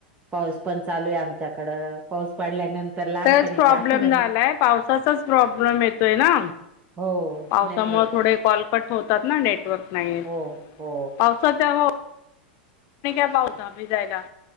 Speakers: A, on the right; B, on the left.
A: पाऊस पण चालू आहे आमच्याकड पाऊस पडल्यानंतर लहानपणीच्या
B: तरच प्रॉब्लेम
A: आठवणी
B: झालाय पावसाचाच प्रॉब्लेम येतोय ना.
A: हो
B: पावसामुळे
A: नेटवर्क
B: थोडे कॉलकट होतात ना नेटवर्क नाही
A: हो हो
B: पावसाच्या काय पाऊस दधाबी जायला